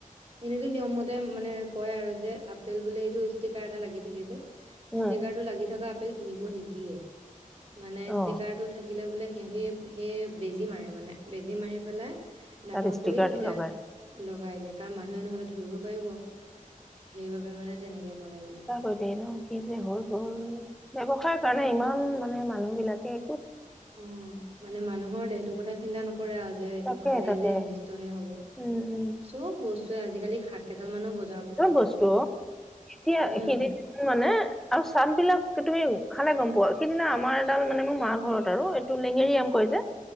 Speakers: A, on the right (about 45°); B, in the centre.
A: এনেইটো নিয়ম মতে তে মানে কয় আৰু যে আপেল বুলে এইটো ষ্টিকাৰ এটা লাগি থাকে যে
B: উম
A: ষ্টিকাৰটো লাগি থকা আপেল কিনিব নিদিয়ে মানে
B: অ
A: ষ্টিকাৰটো থাকিলে বোলে সিহঁতি সেই বেজী মাৰে মানে বেজী মাৰি পেলাই। ডাঙৰ
B: তাত ষ্টিকাৰটো
A: কৰি এতিয়া
B: লগাই
A: লগাই দিয়া। কাৰণ মানুহে নহ'লে ধৰিব পাৰিব। সেইবাবে মানে তেনেকে কৰে বোলে
B: কৰি দে ন কি যে হৈ গ'ল ষ কাৰণে ইমান মানে মানুহবিলাকে
A: অ মানে মানুহৰ দেহ টো কথা চিন্তা নক কৰে আৰু যে এইটো
B: তাকে
A: খালেই
B: তাকে
A: যে অনিষ্টহে হব।
B: উম উম
A: চব বস্তুৱে আজিকালি শাক কেইডালমানো বজ
B: চব বস্তু এতিয়া
A: উম
B: সিদি মানে আৰু চাদ বিলাক তুমি খালে গম পোৱা। স সেইদিনা আমাৰ এডাল মানে মোৰ মাৰ ঘৰত আৰু এইটো লেঙেৰি আম কয় যে